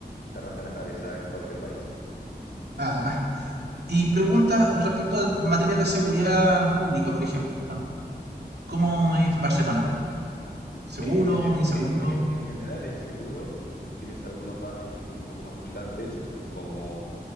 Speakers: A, on the left; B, on the right.
A: te arrancan la cabeza en cualquier país.
B: Además. Y pregunta respecto a materias de seguridad pública, por ejemplo. ¿Cómo es Barcelona? ¿Seguro?
A: En, gene-
B: ¿Inseguro?
A: en, gene- en general es seguro. Tienes algunos barrios que son un poco más picantes, como